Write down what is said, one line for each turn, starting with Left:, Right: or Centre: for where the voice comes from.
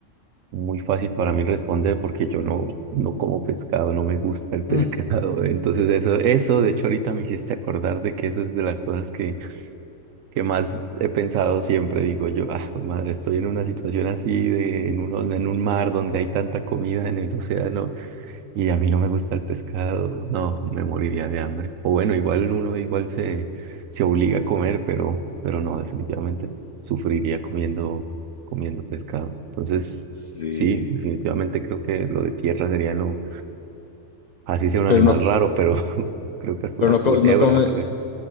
Right: muy fácil para mí responder porque yo no, no como pescado, no me gusta el pescado.
Left: Mm.
Right: <laughs> Entonces eso, eso, de hecho ahorita me hiciste acordar de que eso es de las cosas que que más he pensado siempre, digo yo, ah, jue madre, estoy en una situación así de en un, en un mar donde hay tanta comida en el océano y a mí no me gusta el pescado, no, me moriría de hambre. O bueno, igual uno igual se, se obliga a comer, pero, pero no, definitivamente sufriría comiendo, comiendo pescado. Entonces,
Left: Sí.
Right: sí, definitivamente creo que lo de tierra sería lo, así sea un
Left: Pero
Right: animal
Left: no,
Right: raro, pero <laughs> creo que hasta
Left: pero
Right: una
Left: no,
Right: culebra
Left: co- no come,
Right: o algo así.